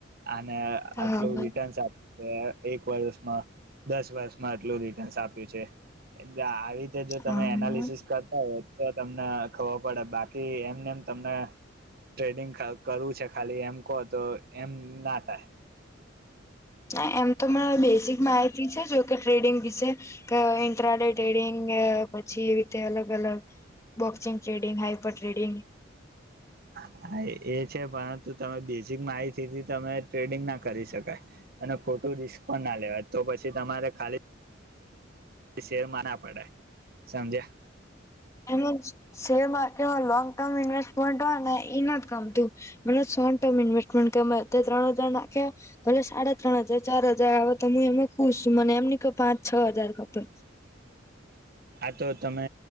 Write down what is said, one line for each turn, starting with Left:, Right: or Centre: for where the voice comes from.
Right: અને
Left: હમ
Right: આટલું રિટર્નસ આપ એક વર્ષમાં દસ વર્ષમાં આટલું રિટર્ન્સ આપ્યું છે એટલે રીતે જો
Left: હા
Right: તમે એનાલિસિસ કરતા હોય તો તમને ખબર પડે બાકી એમને એમ તમને ટ્રેડિંગ કરવું છે ખાલી એમ કહો તો એમ ના થાય
Left: ના એમ તો મને બેઝિક માહિતી છે જો કે ટ્રેડિંગ વિશે ઇન્ટ્રાડે ટ્રેડિંગ પછી એ રીતે અલગ અલગ બોક્સિંગ ટ્રેડિંગ હાઈપર ટ્રેડિંગ
Right: હા એ છે પરંતુ તમે બેઝિક માહિતીથી તમે ટ્રેડિંગ ના કરી શકાય અને ખોટું રિસ્ક પણ ના લેવાય તો પછી તમારે ખાલી શેરમાં ના પડે સમજ્યા
Left: એમ શેર માર્કેટમાં લોંગ ટર્મ ઈન્વેસ્ટમેન્ટ હોય ને એ ના જ ગામતું મ શોર્ટ ટર્મ ઇન્વેસ્ટમેન્ટ કેમે ત્રણ હજાર નાખ્યા ભલે સાડા ત્રણ હજાર ચાર હજાર આવે તો હું એમાં ખુશ છું મને એમની કે પાંચ છ હજાર ખપે
Right: આા તો તમે